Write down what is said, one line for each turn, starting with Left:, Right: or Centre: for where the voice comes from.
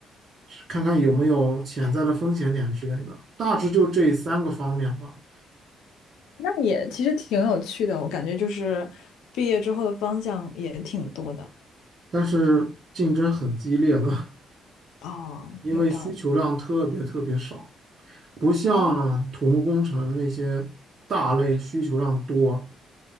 Right: 是看看有没有潜在的风险点之类的。大致就这三个方面吧。
Left: 那也其实挺有趣的，我感觉就是毕业之后的方向也挺多的。
Right: 但是竞争很激烈的，
Left: 哦，
Right: <laughs> 因为需求量特别特别少，
Left: 有道理。
Right: 不像土木工程那些大类需求量多。
Left: 哦，